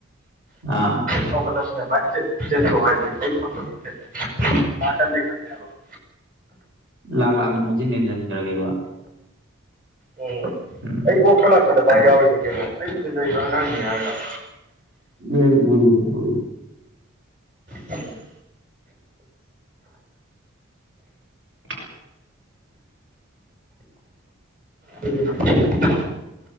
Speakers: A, on the right (about 60°); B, on the right (about 40°).
A: ꯑꯥ
B: ꯐꯧꯒꯠꯂꯛꯑꯕꯅꯤꯅ <unintelligible> <unintelligible>
A: ꯂꯥꯛ ꯂꯥꯛꯅ ꯃꯆꯤꯟ ꯃꯦꯟꯁꯤꯟꯈ꯭ꯔꯒꯦꯕ
B: ꯎꯝ
A: ꯎꯝ
B: ꯑꯩ ꯑꯣꯛꯄ ꯂꯥꯛꯄꯗ ꯃꯥ ꯌꯥꯎꯔꯤꯅꯦ ꯀꯩꯅꯣ ꯑꯩꯒꯤꯗ ꯂꯩꯕ ꯑꯉꯥꯡꯅꯤ ꯍꯥꯏꯔꯒ
A: ꯑꯦ ꯎꯨꯢ ꯎꯨꯢ
B: ꯎꯝ
A: <inaudible>
B: ꯎꯝ <unintelligible>